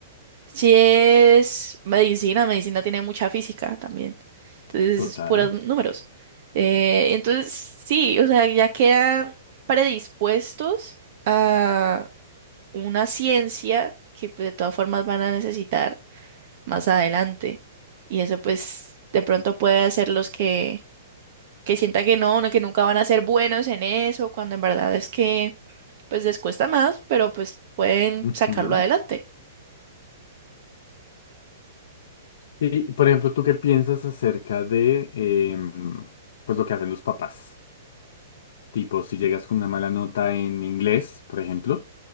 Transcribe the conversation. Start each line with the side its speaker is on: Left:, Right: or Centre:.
Right: Si es medicina, medicina tiene mucha física también. Entonces,
Left: Total.
Right: es puros números. Eh, entonces, sí, o sea, ya quedan predispuestos a una ciencia que pues, de todas formas van a necesitar más adelante. Y eso pues de pronto puede hacerlos que, que sienta que no, no, que nunca van a ser buenos en eso, cuando en verdad es que pues les cuesta más, pero pues pueden
Left: Ujú.
Right: sacarlo adelante.
Left: Y, por ejemplo, ¿tú qué piensas acerca de em, pues lo que hacen los papás? Tipo, si llegas con una mala nota en inglés, por ejemplo,